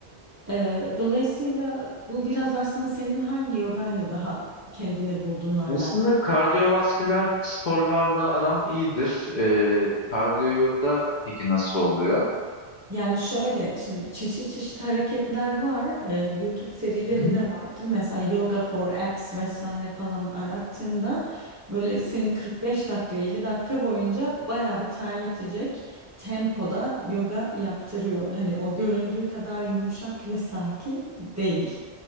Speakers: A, on the right; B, on the left.
A: Ee, dolayısıyla bu biraz aslında senin hangi yogayla daha kendini bulduğunla alakalı.
B: Aslında kardiyovasküler sporlarla aram iyidir. E, kardiyo yoga peki nasıl oluyor?
A: Yani şöyle şimdi çeşit çeşit hareketler var. Ee, YouTube serileri
B: Hı hı,
A: de vardır. Mesela Yoga for Apps vesaire falan arattığında böyle seni 45 dakika 50 dakika boyunca bayağı bir terletecek tempoda yoga yaptırıyor. Hani o göründüğü kadar yumuşak ve sakin değil.